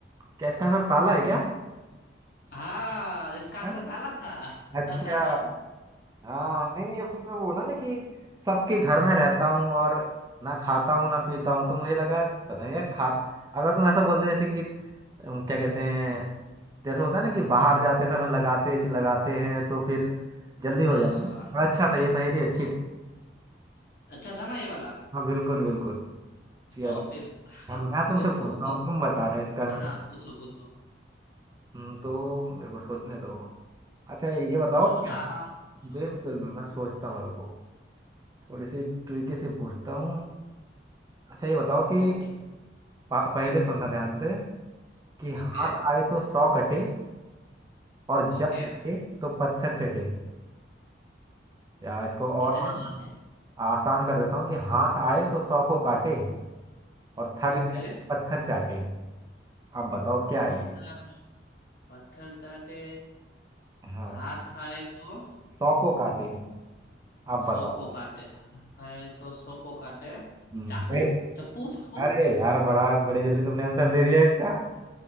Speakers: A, on the right (about 20°); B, on the left (about 55°).
A: क्या इसका आंसर ताला है क्या
B: हाँ इसका आंसर
A: हाँ?
B: ताला था
A: अच्छा
B: <laughs>
A: हाँ नहीं जब तुमने बोला ना कि सबके घर में रहता हूँ और ना खाता हूँ ना पीता हूँ तो मुझे लगा पता नहीं यार खा अगर तुम ऐसा बोलते जैसे कि अम, क्या कहते हैं जैसे होता है ना कि बाहर जाते समय लगाते लगाते हैं तो फिर जल्दी हो
B: हाँ
A: जाता है और अच्छा था ये पहेली अच्छी
B: तो
A: थी
B: अच्छा था ना ये वाला
A: हाँ बिल्कुल बिल्कुल चलो
B: और फिर <laughs>
A: अब मैं तुमसे
B: देखो
A: पूछता
B: अब
A: हूँ तुम बताना इसका आंसर
B: हाँ पूछो पूछो
A: हम्म, तो मेरे को सोचने दो अच्छा ये ये बताओ
B: पूछो पूछो आराम से पूछो
A: बिल्कुल बिल्कुल मैं सोचता हूँ रुको थोड़ी सी ट्रिकी से पूछता हूँ अच्छा ये बताओ कि
B: ओके
A: पा- पहले सुनना ध्यान से कि
B: ओके
A: हाथ आए तो सौ कटे और
B: ओके
A: जब कटे तो पत्थर चटे या इसको
B: क्या-
A: और थोड़ा सा आसान कर देता हूँ कि हाथ आए तो सौ को काटे और थक
B: ओके
A: जाए तो पत्थर चाटे आप बताओ क्या है
B: पत्थर
A: ये
B: पत्थर चाटे
A: हाँ
B: हाथ आए तो
A: सौ को काटे आप
B: सौ
A: बताओ
B: को काटे खाए तो सौ को काटे
A: हम्म
B: चाकू
A: अरे
B: चप्पू चप्पू
A: अरे यार बड़ा बड़े जल्दी तुमने आंसर दे दिया इसका